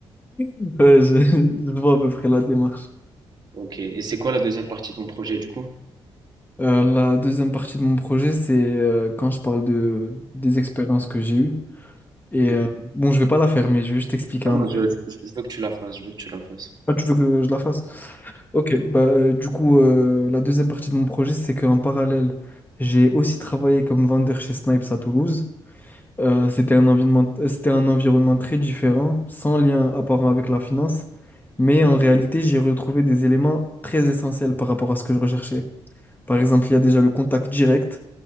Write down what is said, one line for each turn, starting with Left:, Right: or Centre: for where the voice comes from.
Left: Ouais, je, je vois à peu près la démarche.
Right: Ok. Et c'est quoi la deuxième partie de ton projet, du coup?
Left: Euh, la deuxième partie de mon projet, c'est euh, quand je parle de, des expériences que j'ai eues. Et
Right: Mhm.
Left: euh, bon, je vais pas la faire, mais je vais juste t'expliquer
Right: Ah
Left: un
Right: non,
Left: peu.
Right: je, je- je veux que tu la fasses. Je veux que tu la fasses.
Left: Ah, tu veux que je la fasse? Ok, bah, euh, du coup, euh, la deuxième partie de mon projet, c'est qu'en parallèle, j'ai aussi travaillé comme vendeur chez Snipes à Toulouse. Euh, c'était un environnement, euh, c'était un environnement très différent, sans lien apparent avec la finance, mais
Right: Mmh mh.
Left: en réalité, j'ai retrouvé des éléments très essentiels par rapport à ce que je recherchais. Par exemple, il y a déjà le contact direct,